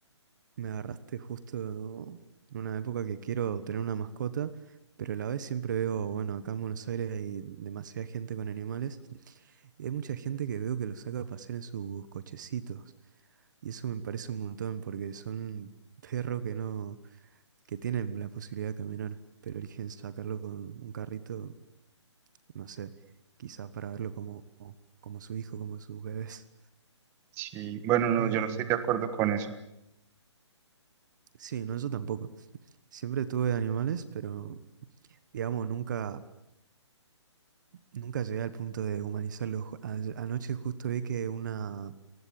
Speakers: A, on the right; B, on the right.
A: me agarraste justo en una época que quiero tener una mascota, pero a la vez siempre veo, bueno, acá en Buenos Aires hay demasiada gente con animales y hay mucha gente que veo que los saca a pasear en sus cochecitos. Y eso me parece un montón porque son perros que no, que tienen la posibilidad de caminar, pero eligen sacarlo con un carrito, no sé, quizá para verlo como, como como su hijo, como sus bebés.
B: Sí, bueno, no,
A: Y
B: yo no estoy de acuerdo con eso.
A: sí, no, yo tampoco. Siempre tuve animales, pero digamos, nunca, nunca llegué al punto de humanizarlos. Ju- a- Anoche justo vi que una,